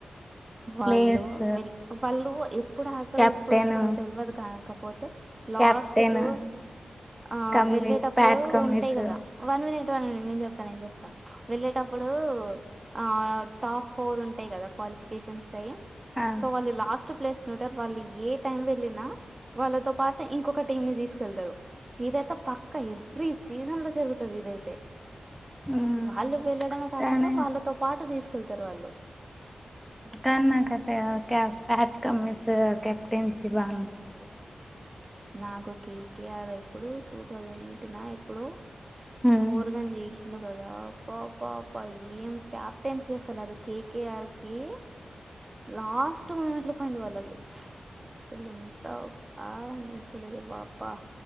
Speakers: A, on the right; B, in the centre.
A: వాళ్ళు
B: ప్లేయర్స్
A: విల్ వాళ్ళు ఎప్పుడు ఆడతారో
B: కెప్టెన్
A: ఎప్పుడు ఆడదో తెల్వదు కాకపోతే లాస్ట్
B: కెప్టెన్
A: కు ఆ
B: కమ్మీస్
A: వెళ్ళేటప్పుడు
B: ప్యాట్ కమ్మీస్
A: ఉంటాయి కదా వన్ మినిట్ టాను నేను చెప్తాను నేను చెప్తా వెళ్ళేటప్పుడు ఆ టాప్ ఫోర్ ఉంటాయి కదా క్వాలిఫి కేషస్ అయ్
B: ఆ
A: సో వాళ్ళు లాస్ త్ ప్లేస్ లుంటారు వాళ్ది ఏ టైం వెళ్ళినా వాళ్ళతో పాటు ఇంకొక టీం ని తీస్ కెళ్తారు ఇదైతే పక్కా ఎవ్రీ సీజన్ లో జరుగుతది ఇదైతే
B: ఉమ్
A: వాళ్ళు వెళ్ళడమే కాకుండా
B: కానీ
A: వాళ్ళతో పాటూ తీసుకెళ్తారు వాళ్ళు
B: కానీ నాకైతే ఆ కా ప్యాట్ కమ్మీస్ కెప్టెన్సీ బా నచ్చుతది
A: నాకు కే కే ఆర్ ఇప్పుడు టూ థౌసండ్ ఎయిటీన్ ఆ ఎప్పుడో
B: ఉమ్
A: మోర్గన్ చేసిండు కదా అప్ప అప్ప అప్ప ఏం క్యాప్టెన్సీ అసలు అది కే కే ఆర్ కి లాస్ట్ మూమెంట్ లో పోయింది వాళ్ళకి అసలు ఎంత బాగా అన్పిచ్చలేదు బాపా